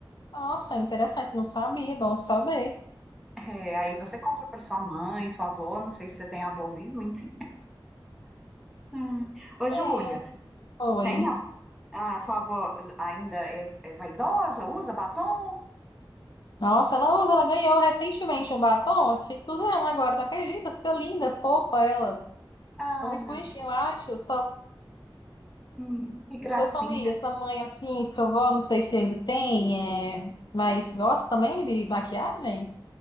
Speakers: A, on the left; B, in the centre.
A: Nossa, interessante. Não sabia. Bom saber.
B: É, aí você compra para sua mãe, sua avó, não sei se você tem avó vivo, enfim. Hum. Ô, Júlia,
A: Tenho. Oi.
B: tem a, a sua avó ainda é, é vaidosa? Usa batom?
A: Nossa, ela usa, ela ganhou recentemente um batom. Fica usando agora, tu acredita? Fica linda, fofa ela.
B: Ai,
A: É muito
B: meu
A: bonitinho,
B: Deus,
A: eu acho. Sua,
B: hum, que gracinha.
A: sua família, sua mãe, assim, sua avó, não sei se ainda tem, é... mas gosta também de maquiagem?